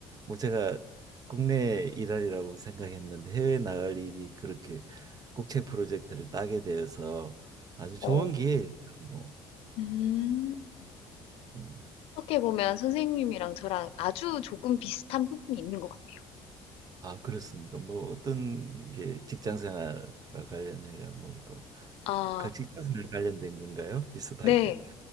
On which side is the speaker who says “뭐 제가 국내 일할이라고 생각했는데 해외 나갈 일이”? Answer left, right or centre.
Right